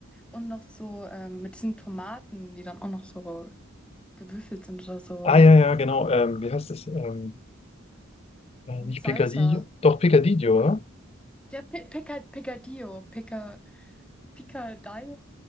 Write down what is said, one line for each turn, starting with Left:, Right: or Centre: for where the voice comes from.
Centre: und noch so ähm, mit diesen Tomaten, die dann auch noch so gewürfelt sind oder so.
Left: Ah, ja, ja, genau. Ähm, wie heißt das? Ähm, äh,
Centre: In
Left: nicht
Centre: die Salsa.
Left: Picadillo. Doch, Picadillo, oder?
Centre: Der Pe- Picca- Picadillo, Picca, Picadillo.